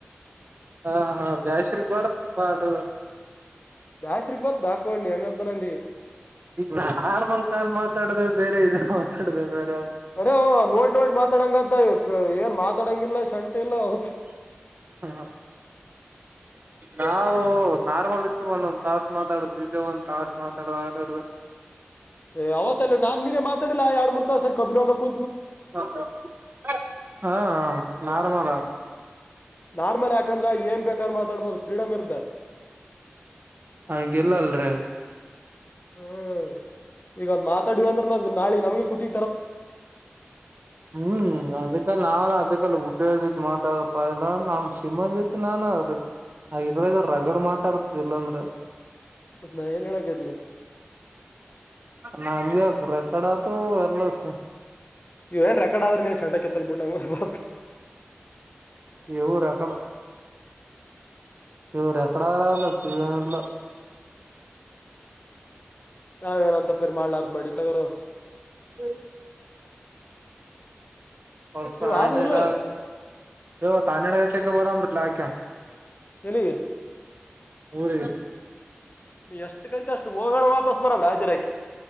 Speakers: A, on the right; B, on the left.
A: ಹಾ ಹಾ ಬ್ಯಾಸರಿಪಡ ಪಾಡು
B: ಬ್ಯಾಸ್ರಗ್ ಬರ್ ಹಾಕೋಳಣಿ ಹೆಂಗಂತ ನಿ
A: ಈಗ ನಾರ್ಮಲ್ ಕಾಲ್ ಮಾತಾಡ್ದ ಬೇರೆ ಇದ ಮಾತಾಡ್ದ ಬೇರೆ
B: ಅರೆೇ ನೋಡ್ ನೋಡ್ ಮಾತಾಡಂಗ್ದ ಏನ್ ಮಾತಾಡಂಗಿಲ್ಲ ಶಂಟ ಇಲ್ಲ ಹ
A: ಹಾ ನಾವು ನಾರ್ಮಲ್ ಇತ್ ಒಂದೊಂದ್ ತಾಸ ಮಾತಾಡುದುವಿ ಇದೇ ಒಂದ್ ತಾಸಸ್ ಮಾತಾಡಾರ್ದ <unintelligible>
B: ಏ್ ಅವತ್ತ ಅಲ್ಲ ನಾ ನೀಮಾತಾಡಲ್ಲ ಆ ಯಾಡ್ರ್ತ ಸರ್ ಕಬ್ಬ ಕು
A: ಹಾ ಹ ನಾರ್ಮಲ
B: ನಾರ್ಮಲ್ ಯಾಕಂದ್ರೆ ಏನ್ ಬೇಕ ಅಂತ ಮಾತಾಡ್ಬೋದು ಫ್ರೀಡಮ್ರ್
A: ಹಂಗಲ್ಲ ಅಲ್ಲರ
B: ಹ್ಮ ಈಗ ಅದ್ ಮಾತಾಡಿ ಅಂದ್ರೆ ನ ನಾಳೆ ನಮ್ಗೆ ಕೂತಿ
A: ಹ್ಮ್ ಅದಕ್ಕೆಲ್ಲ ನಾವ ಅದಕ್ಕೆಲ್ಲ ಜೊತೆ ಮಾತಾಡಪ ಎಲ್ಲ ನಮ್ಮ್ ಸಿಮ ಜೊತೆ ನಾನು್ರರಾಗ ರಗಡ್ ಮಾತಾಡ್ದ ಸಲಮ್ರ
B: ನ ಏನಣ ಕತ ಮತ್ತ
A: ನ ರೆಕಡಾತ ಎರ್ಲ್ಲಸ್
B: ಇವ ಏನ್ ರೆಕಡ್ ಆದ್ರ ನೀ ಶೆಂಟ ಕಿತ್ತಲ್ ಬುಣ್ಣ ಬ
A: ಇವ ರೆಕಡ ಇವ ರೆಕಡ ರಾವಲ ಮ
B: ನಾವೇಏನಂತಪ್ಪರಿ ಮಾಡ್ಾರ್ದ ಮಾಡಿ ತಗೋರು
A: ಹ್ಮ ಹೊ ಸಾಳ್ಣರ
B: ನೀವ್ ಆದು ಇಲ್ಲ
A: ಇ ತಾನಡ ಗಟಕ್ಕೆ ಬರಲ ಆಕ
B: ಎಲ್ಲಿಗೆ
A: ಅವರ
B: ನೀ ಎಷ್ಟು ಗಂಟ ಅಷ್ಟು ಹೋಗ ವಾಪಸ್ ಬರವ್ರೆ ಹಾಜರಾಕಿ